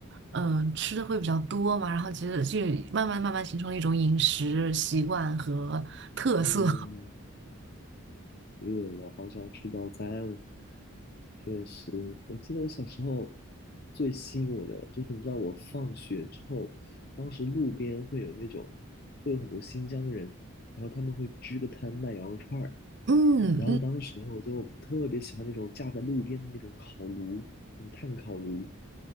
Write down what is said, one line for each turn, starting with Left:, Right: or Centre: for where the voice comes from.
Right: 嗯、呃吃的会比较多嘛，然后其实就慢慢慢慢形成了一种饮食习惯和特色。
Left: 嗯，我好想吃早餐。对，我记得我小时候最吸引我的就是，你知道我放学之后，当时路边会有那种，会有很多新疆人，然后他们会支个摊卖羊肉串儿，
Right: 嗯嗯，
Left: 然后当时我就特别喜欢那种架在路边的那种烤炉，那种炭烤炉。